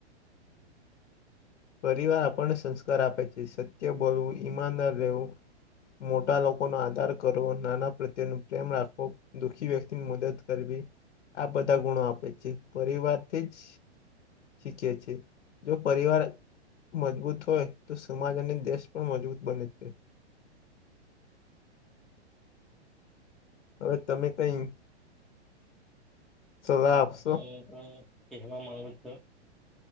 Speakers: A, on the left (about 85°); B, in the centre.
A: પરિવાર આપણને સંસ્કાર આપે છે, સત્ય બોલવું ઈમાનદાર રહેવું. મોટા લોકોનો આદર કરવો, નાના પ્રત્યે ન પ્રેમ રાખવો. દુઃખી વ્યક્તિની મદદ કરવી આ બધા ગુણો આપે છે, પરિવારથી જ. શીખે છે, જો પરીવાર મજબૂત હોય તો સમાજ અને દેશ પણ મજબૂત બને છે. હવે તમે કઈ. સલાહ
B: હા
A: આપશો?
B: હું તો કહેવા માંગુ છું.